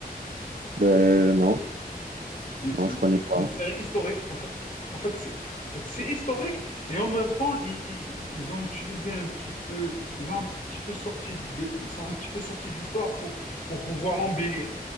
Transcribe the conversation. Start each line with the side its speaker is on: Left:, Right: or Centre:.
Right: Ben non,
Left: Oui, c'est
Right: non,
Left: une,
Right: je connais pas.
Left: une série historique. En fait, en fait, c'est en fait, c'est historique et en même temps, ils, ils- ils ont utilisé un petit peu, ils ont un petit peu sorti de, ils sont un petit peu sortis de l'histoire pour, pour pouvoir l'embellir.